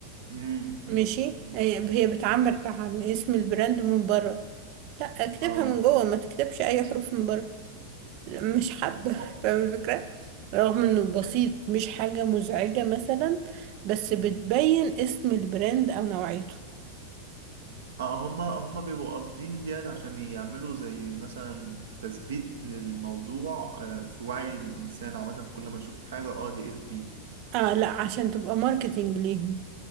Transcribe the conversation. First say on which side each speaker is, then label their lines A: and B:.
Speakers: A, on the right; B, on the right.
A: امم
B: ماشي
A: أمم، أمم.
B: هي هي بتعبر عن اسم البراند من بره لا اكتبها
A: اه
B: من جوه ما تكتبش اي حروف من بره مش حابه
A: ايوه
B: <laughs>
A: هو-
B: فاهم الفكره رغم انه بسيط
A: إيه،
B: مش حاجه مزعجه مثلا بس
A: أمم.
B: بتبين اسم البراند او نوعيته
A: اه هما هما بيبقوا قاصدين ديت عشان يعملوا زي مثلا تثبيت للموضوع آه، في وعي الإنسان عامة كل ما يشوف حاجة اه دي ال في
B: اه لا عشان تبقى ماركتينج ليهم